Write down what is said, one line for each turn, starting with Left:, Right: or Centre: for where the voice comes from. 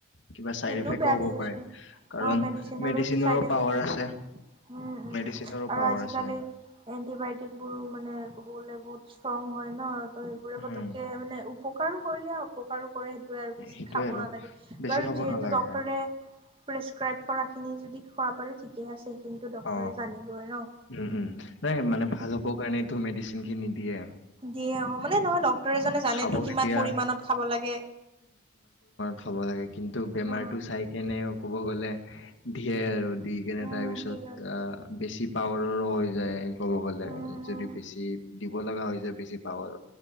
Left: কিবা চাইড
Right: সেইটোও
Left: এফেক্
Right: বেয়া
Left: হ'ব
Right: দিয়াচোন
Left: পাৰে, কাৰণ
Right: অ
Left: মেডিচিনৰো
Right: চাইড এফেক্ট
Left: পাৱাৰ।
Right: থাকে উম উম
Left: মেডিচিনৰো
Right: আৰু
Left: পাৱাৰ
Right: আজিকালি,
Left: আছে
Right: এন্টিবায়টিক বোৰো মানে। বলে বহুত ষ্ট্ৰং হয় ন। ত সেইবোৰে
Left: উম
Right: পতকে মানে উপকাৰো। ৰীলে উপকাৰো। <unintelligible> কৰে সেইটোৱে আৰু বেছি
Left: সেইটোয়ে
Right: খাব
Left: আৰু
Right: নালাগে
Left: বেছি
Right: বাৰু।
Left: খাব
Right: যিহেতু
Left: নালাগে
Right: ডক্টৰৰে। প্ৰেছক্ৰাইব কৰাখিনি যদি খোৱা পাৰে ঠিকে আছে। সেইখিনিতো ডক্তৰে
Left: অ
Right: জানিবই ন
Left: উম উম নাই মানে ভাল হ'বৰ কাৰণে তো মেডিচিন খিনি নিদিয়ে।
Right: দিয় অ মানে নহয় ডক্তৰ এজনে জানেতো
Left: খাব
Right: কিমান
Left: এতিয়া
Right: পৰিমানমানত খাব লাগে।
Left: থ'ব লাগে। কিন্তু বেমাৰটো
Right: অ
Left: চাই কেনেও ক'ব গ'লে। ধিয়ে আৰু। দি কেনে
Right: উম
Left: তাৰপিছত।
Right: ঠিক আছে
Left: বেছি। পাৱাৰৰো হৈ যায়। <unintelligible> কব গলে,
Right: উম
Left: যদি
Right: উম
Left: বেছি। <unintelligible> বেছি পাৱৰ